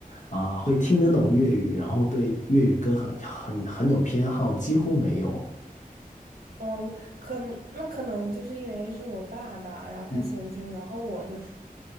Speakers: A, on the left; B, on the right.
A: 啊、会听得懂粤语，然后对粤语歌很很很有偏好，几乎没有。
B: 哦，可能那可能就是因为是我爸爸，然后他喜欢听，
A: 嗯
B: 然后我就是